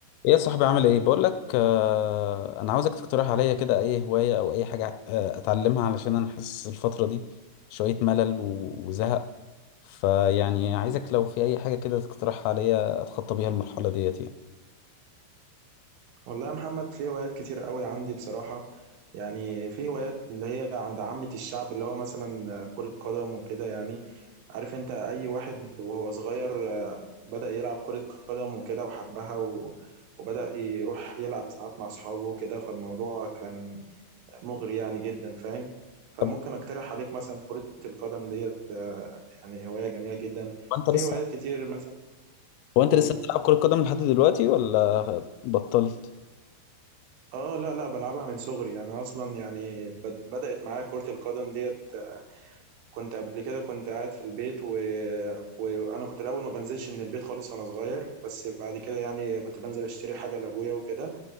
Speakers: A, on the left; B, on the right.
A: ايه يا صاحبي عامل ايه بقول لك آه انا عاوزك تقترح عليا كده اي هوايه او اي حاجه آه اتعلمها علشان انا حاسس الفتره دي شويه ملل و- وزهق فيعني عايزك لو في اي حاجه كده تقترحها عليا اتخطى بيها المرحله ديت يعني
B: والله يا محمد في هوايات كتير قوي عندي بصراحة يعني في هوايات اللي هي عند عامة الشعب اللي هو مثلا كرة قدم وكده يعني عارف انت اي واحد وهو صغير آه، بدأ يلعب كرة قدم وكده وحبها و... وبدأ يروح يلعب ساعات مع اصحابه وكده فالموضوع كان مغري يعني جدا فاهم فممكن
A: طب
B: اقترح عليك مثلا كرة القدم ديت آه، يعني هواية جميلة جدا
A: وانت
B: في
A: لسه
B: هوايات كتير مثلا
A: وانت
B: قول
A: لسه بتلعب كره قدم لحد دلوقتي ولا بطلت
B: اه لا لا بلعبها من صغري انا اصلا يعني بد- بدأت معايا كرة القدم ديت كنت قبل كده كنت قاعد في البيت و... وانا كنت الاول ما بنزلش من البيت خالص وانا صغير بس بعد كده يعني كنت بنزل اشتري حاجة لابويا وكده